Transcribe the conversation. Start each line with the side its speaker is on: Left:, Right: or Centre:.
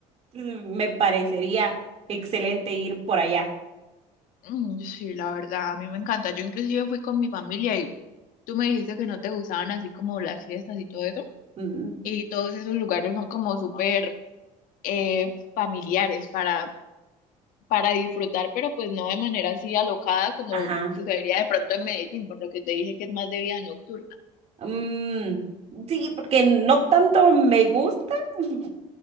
Right: Mm, Me parecería excelente ir por allá.
Left: Mm, sí, la verdad, a mí me encanta. Yo inclusive fui con mi familia y tú me dijiste que no te gustaban así como las fiestas y todo eso.
Right: Mm,
Left: Y todos esos lugares son como súper eh, familiares para para disfrutar, pero pues no de manera así alocada como
Right: ajá.
Left: sucedería de pronto en Medellín, por lo que te dije que es más de vida nocturna.
Right: Mm, sí, porque no tanto me gusta, <laughs>